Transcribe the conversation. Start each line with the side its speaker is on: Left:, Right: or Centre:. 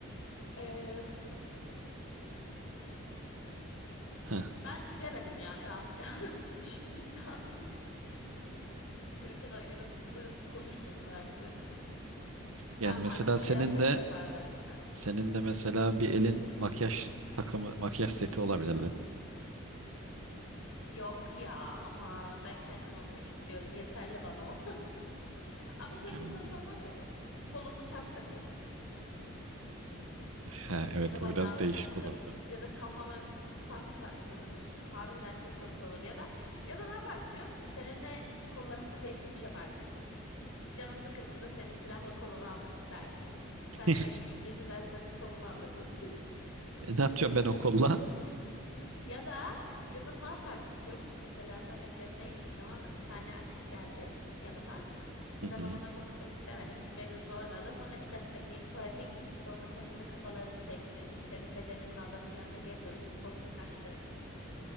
Left: e,
Right: Heh.
Left: Ben bilemedim ya ne yapacağımı. <laughs> Düşündüm de artık. <laughs> Senin kadar yaratıcılığım konuşmadı maalesef.
Right: Yani
Left: Ya Max
Right: mesela
Left: kıyafet
Right: senin de
Left: yapardım. Heh.
Right: senin de mesela bir elin makyaj takımı, makyaj seti olabilirdi.
Left: Yok ya aman ben kendim olmak istiyorum. Yeterli bana o. <laughs> Ama şey
Right: Hmm.
Left: çok komik olmaz mıydı? Kolunu ters takıyorsun.
Right: <laughs> He, evet
Left: Ya da bacağını
Right: o biraz değişik
Left: ters
Right: olurdu.
Left: tak ya da kafanı ters taktığını düşün. Harbiden çok komik olur. Ya da ya da ne yapardık biliyor musun? Seninle kollarımızı değiş tokuş yapardık. Canım sıkıldığında senin silahlı kolunu almak isterdim. Sen
Right: <laughs>
Left: de benim ince güzel zarif kolumu alırdın. <laughs>
Right: E, ne yapacağım ben o kolla?
Left: Ya da ya da ne yapardık biliyor musun? Mesela seninle gezmeye gittik tamam mı? Bir tane erkek geldi yanıma. İşte
Right: Hı hı.
Left: ben onunla konuşmak istemedim. Beni zorladı. Sonra bir dakika deyip tuvalete gittik. Sonra senin de kafalarımızı değiştirdik. Senin bedeninin adamın yanına geri döndüm. Korktu kaçtı.